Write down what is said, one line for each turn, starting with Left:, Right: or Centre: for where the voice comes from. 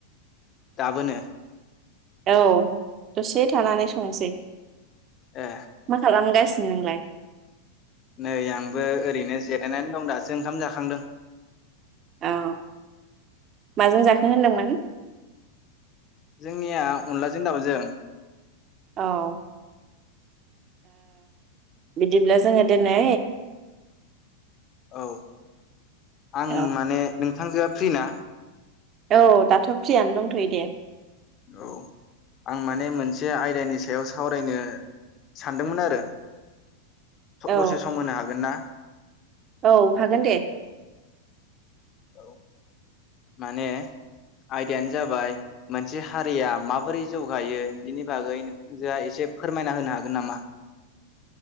Left: दाबोनो।
Right: औ दसे थानानै संसै।
Left: ए
Right: मा खालामगास नोंलाय।
Left: नै आंबो ओरैनो जिरायनानै दं दासो ओंखाम जाखांदों।
Right: औ माजों जाखो होनदोंमोन?
Left: जोंनिया अनलाजों दाउजों।
Right: औ ओं। बिदिब्ला जोङो दोनै
Left: औ आं
Right: औ
Left: माने । नोंथांजोआ फ्रिना।
Right: औ दाथ' फ्रियानो दंथ'यो दे।
Left: औ आं माने मोनसे आयदानि सायाव सावरायनो सानदोंमोन आरो
Right: औ
Left: दसे सम होनो हागोन ना?
Right: औ हागोन दे।
Left: औ माने आयदायानो जाबाय मोनसे हारिया माबोरै जौगायो बिनि बागै नोंथांजोआ एसे फोरमायना होनो हागोन नामा?